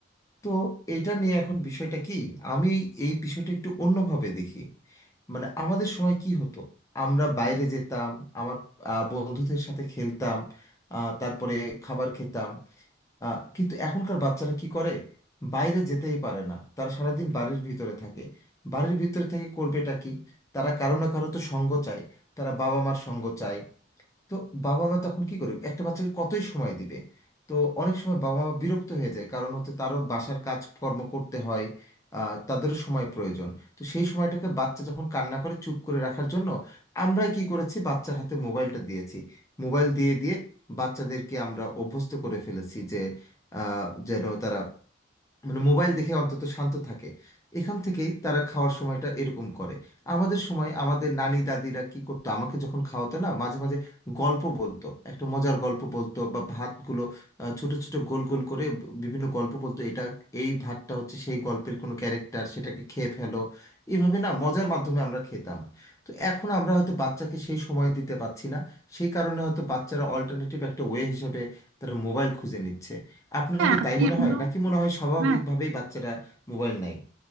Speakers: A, on the left; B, on the right.
A: তো এটা নিয়ে এখন বিষয়টা কি আমি এই বিষয়টা একটু অন্যভাবে দেখি মানে আমাদের সময় কি হতো আমরা বাইরে যেতাম আমার আহ, বন্ধুদের সাথে খেলতাম আহ, তারপরে খাবার খেতাম আহ, কিন্তু এখনকার বাচ্চারা কি করে বাইরে যেতেই পারে না তারা সারাদিন বাড়ির ভিতরে থাকে বাড়ির ভিতরে থেকে করবেটা কি তারা কারো না কারো তো সঙ্গ চায় তারা বাবা মার সঙ্গ চায় তো বাবা মা তখন কি করবে একটা বাচ্চাকে কতই সময় দিবে তো অনেক সময় বাবা মা বিরক্ত হয়ে যায় কারণ হচ্ছে তারও বাসার কাজকর্ম করতে হয় আহ, তাদেরও সময় প্রয়োজন তো সেই সময়টাকে বাচ্চা যখন কান্না করে চুপ করে রাখার জন্য আমরাই কি করেছি বাচ্চার হাতে মোবাইলটা দিয়েছি মোবাইল দিয়ে দিয়ে বাচ্চাদেরকে আমরা অভ্যস্ত করে ফেলেছি যে আহ, যেন তারা মানে মোবাইল দেখে অন্তত শান্ত থাকে এখান থেকেই তারা খাওয়ার সময়টা এরকম করে আমাদের সময় আমাদের নানি দাদিরা কি করতো আমাকে যখন খাওয়াতো না মাঝে মাঝে গল্প বলতো একটা মজার গল্প বলতো বা ভাতগুলো আহ, ছোট ছোট গোল গোল করে ব- বিভিন্ন গল্প বলতো এটা এই ভাতটা হচ্ছে সেই গল্পের কোনো ক্যারেক্টার সেটাকে খেয়ে ফেলো এইভাবে না মজার মাধ্যমে আমরা খেতাম তো এখন আমরা হয়তো বাচ্চাকে সেই সময় দিতে পারছি না সেই কারণে হয়তো বাচ্চারা অল্টারনেটিভ একটা ওয়ে হিসেবে তারা মোবাইল খুঁজে নিচ্ছে আপনার
B: হ্যাঁ
A: কি
B: আপনি
A: তাই মনে
B: একদম
A: হয় নাকি মনে হয় স্বাভাবিকভাবেই
B: হ্যাঁ
A: বাচ্চারা মোবাইল নেয়